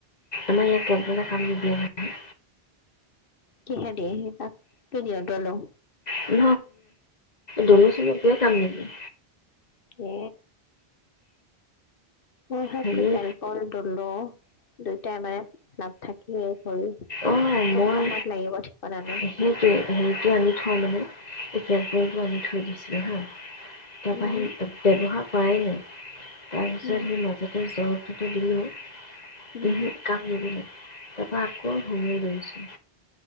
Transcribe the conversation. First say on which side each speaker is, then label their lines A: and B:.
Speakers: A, on the left (about 40°); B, on the left (about 55°).
A: আমাৰ ইয়াত কপ্লনা কাম নিদিয়ে নহয়।
B: কিহে দিয়েহী তাক দুুনীয়া দলং
A: <unintelligible> দলিল চছিল একোয়ে কাম নিদিয়ে
B: এ উম হেক
A: হোমিও
B: কে কেলপন দলো দুয়োটাই মানে ভালাব থাকিয়ে ভৰি
A: অঁ
B: কোন
A: মই
B: সময়ত লাগিব। ঠিকনা নাই।
A: সেইটোৱে হেৰিতে আনি থওঁ মানে ইয়াৰপতটো আনি থৈ দিছোঁ হা তাপা
B: উম,
A: ব্যৱহাৰ কাইলৈ তাৰপিছত
B: উম,
A: সি মাজাতে জ্বৰ সিটো দিলোঁ ওহো
B: উম,
A: কাপ নিদিলে তাৰপৰা আকৌ শুমি লৈছোঁ